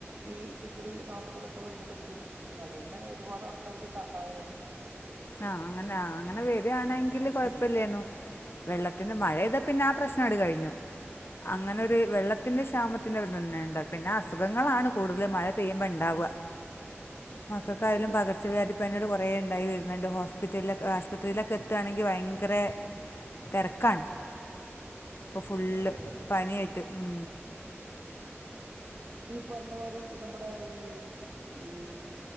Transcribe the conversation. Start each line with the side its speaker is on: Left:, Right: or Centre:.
Right: ഈ ഇതിക്കൂടി നാട്ട്കൂടി ഒക്കെ വരുക്കെ ചെയ്തിട്ടുണ്ട് അതോട്ടന്നെ ഒരുപാട് ആൾക്കാർക്ക് സഹായി
Left: ആ അങ്ങനെ അങ്ങനെ വെര്യാണെങ്കില് കൊഴപ്പില്ലേന്നു വെള്ളത്തിന് മഴ ത പിന്നെ ആ പ്രശ്നാട് കഴിഞ്ഞു അങ്ങനെ ഒര് വെള്ളത്തിന്റെ ക്ഷാമത്തിന്റെ ഒരിതന്നെണ്ട് പിന്നെ അസുഖങ്ങളാണ് കൂടുതൽ മഴ പെയ്യുമ്പോ ഇണ്ടാവ. മക്കക്കായാലും
Right: ത്
Left: പകർച്ചവ്യാധിപ്പനിയാള് കൊറേണ്ടായി വര് ന്നണ്ട് ഹോസ്പിറ്റലിലെ ആശുപത്രിയിലൊക്കെ എത്താണെങ്കി വയങ്കര തെരക്കാണ് ഇപ്പം ഫുള്ള്
Right: അതെ അതെ
Left: പനിയായിട്ട് ഉം
Right: പർഞ്ഞമാരി നമ്മുടെ ഈ ഈ